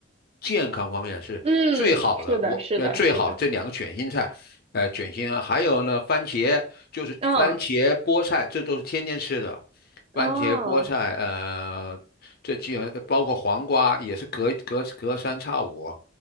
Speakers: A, on the left; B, on the right.
A: 健康方面是最好的。
B: 嗯，是的，
A: 我那、
B: 是的，
A: 呃最好的这两个卷心菜，
B: 是的。
A: 呃，卷心啊，还有呢，番茄，就是番茄、
B: 嗯
A: 菠菜，这都是天天吃的。番茄、
B: 哦
A: 菠菜，呃，这既然包括黄瓜，也是隔隔隔三差五，